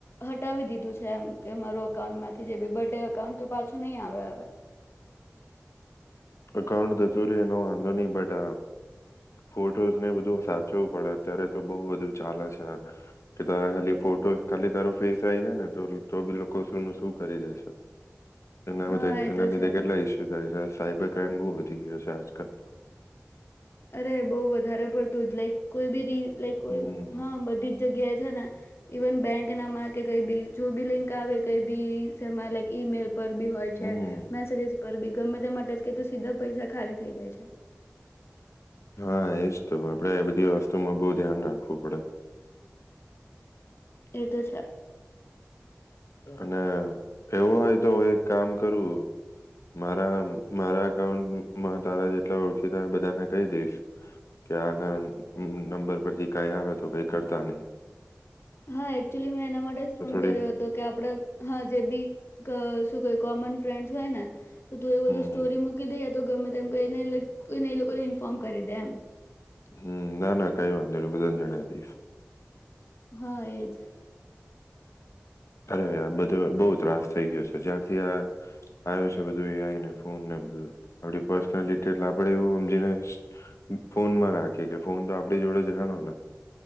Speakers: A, on the left (about 55°); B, on the left (about 70°).
A: હટાવી દીધું છે એમ કે મારું અકાઉન્ટમાં જે બી બટ અકાઉન્ટ તો પાછું નહી આવે હવે
B: અકાઉન્ટ કચૂરી એનો વાંધો નહી બટ ફોટોસને બધું સાચવું પડે અત્યારે તો બઉ બધું ચાલે છે કે તારા ખાલી ફોટોસ ખાલી તારું ફેસ આ જાય ને તો તો બી લોકો શું ન શું કરી દેશે <unintelligible>
A: હા એ
B: એના
A: તો
B: લીધે
A: છે
B: કેટલા ઇસ્યુ <unintelligible> સાયબર સકેમ વધી ગયો છે આજકાલ.
A: અરે બો વધારે પડ તું લાઈક કોઈ બી રી લાઈક કોઈ
B: હમ
A: હા બધી જ જગ્યાએ છે ને ઇવન બેંક નામાં કે કઈ બી જો બી લિંક આવે કઈ બીમાં લાઈક ઈમેલ પર બી હોય
B: હમ
A: છે મેસેજસ પર બી ગમે તે માટે જ ક તો સીધા પૈસા ખાલી થઇ જાય છે.
B: હા એજ તો આપડે એ બધી વસ્તુમાં બહુ ધ્યાન રાખવું પડે.
A: એ તો છે.
B: અને એવું હોય તો હું એક કામ કરું મારા મારા અઉન્ટમાં તારા જેટલા ઓળખીતા બધાને કહી દઈશ કે આના નંબર પરથી કઈ આવે તો કઈ કરતા ની
A: હા એક્ચુઅલી મેં એના માટે જ
B: તો
A: ફોન
B: થોડી
A: કર્યો હતો કે આપડે હા જે બી શું ક કોમન ફ્રેન્ડ્સ હોય ન તો તું એ બધું
B: હમ
A: સ્ટોરી મૂકી દઈં તો ગમે એમ કહીનેને એ લોકોને ઇન્ફોર્મ કરી દે એમ
B: હમ ના ના કઈ વાંધો નહી બધાને જણાય દીશ
A: હા એજ
B: અરે બધું બહુ ત્રાસ થઈ ગયો છે જ્યારથી આ આવ્યું છે બધું એ એઆઇ ન ફોનને બધું ડી પર્સનલ ડિટેલ આપડે એવું સમજીને ફોન માં રાખી કે ફોન તો આપડી જોડે જ રહેનો ને